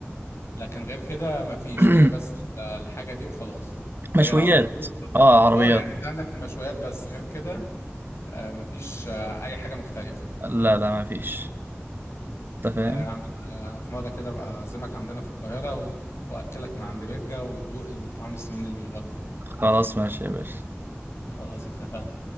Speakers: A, on the left; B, on the right.
A: لكن غير كده ما فيش
B: <clears throat>
A: هي بس الحاجه دي وخلاص
B: مشويات
A: هي العربيه
B: اه عربيات
A: اه يعني انت عندك المشويات بس غير كده آه ما فيش آه اي حاجه مختلفه
B: لا لا ما فيش انت
A: لا
B: فاهم
A: يا عم انت آه في مره كده ابقى اعزمك عندنا في القاهره و... واكلك من عند بيجا وتدوق الطعم السمين اللي من بره
B: خلاص ماشي يا باشا
A: خلاص اتفقنا